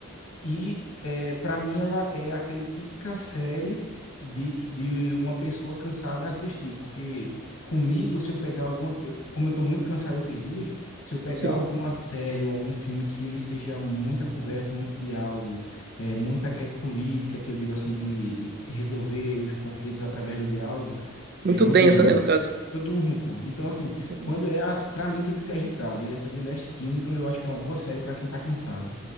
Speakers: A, on the left; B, on the right.
A: E, é, para mim, ela é aquele típica série de, de uma pessoa cansada a assistir, porque comigo, se eu pegar alguma, eu- como eu estou muito cansado esses dias, se eu pegar
B: Sim.
A: alguma série ou algum filme que ele seja muita conversa, muito diálogo, é, muita que- política, que eu digo assim, de resolver os conflitos através do diálogo,
B: Muito
A: é, eu
B: densa,
A: durmo.
B: né, no caso.
A: Eu durmo, pô. Então, assim,
B: Sim.
A: quando é. A... Pra mim tem que ser agitado. E essa The Last Kingdom eu acho que é uma boa série pra quem tá cansado.